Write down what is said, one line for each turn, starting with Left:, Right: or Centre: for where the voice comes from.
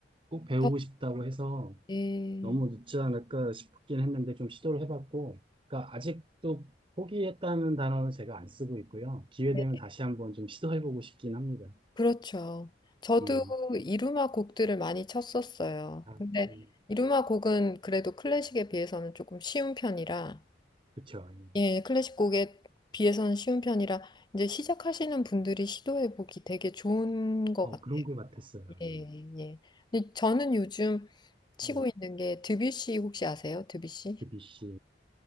Right: 꼭 배우고
Left: 저,
Right: 싶다고 해서
Left: 예,
Right: 너무 늦지 않을까 싶긴 했는데 좀 시도를 해봤고, 그러니까 아직도 포기했다는 단어는 제가 안 쓰고 있고요. 기회
Left: 네,
Right: 되면 다시 한번 좀 시도해보고 싶긴 합니다.
Left: 그렇죠. 저도
Right: 음,
Left: 이루마 곡들을 많이 쳤었어요.
Right: 아,
Left: 근데
Right: 예.
Left: 이루마 곡은 그래도 클래식에 비해서는 조금 쉬운 편이라,
Right: 그쵸. 예.
Left: 예, 클래식 곡에 비해서는 쉬운 편이라, 이제 시작하시는 분들이 시도해보기 되게 좋은 것
Right: 어,
Left: 같아요.
Right: 그런 것 같았어요.
Left: 예,
Right: 예.
Left: 예. 근데 저는 요즘 치고
Right: 예.
Left: 있는 게 드뷔시 혹시 아세요? 드뷔시?
Right: 그비씨.